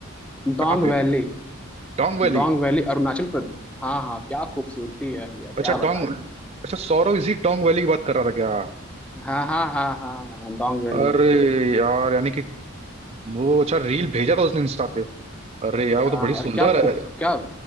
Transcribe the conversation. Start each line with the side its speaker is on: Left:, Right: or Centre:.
Centre: डोंग
Right: कहाँ पे
Centre: वैली
Right: डोंग वैली
Centre: डोंग वैली अरुणाचल प्रदेश हाँ हाँ क्या खूबसूरती है भैया क्या
Right: अच्छा डोंग
Centre: बताएं
Right: अच्छा सौरव इसी डोंग वैली की बात कर रहा था क्या
Centre: हाँ हाँ हाँ हाँ हाँ, डोंग वैली
Right: अरे यार यानी कि वो अच्छा रील भेजा था उसने इंस्टा अरे यार वो
Centre: हाँ
Right: तो बड़ी
Centre: अरे
Right: सुंदर
Centre: क्या खूब
Right: है
Centre: क्या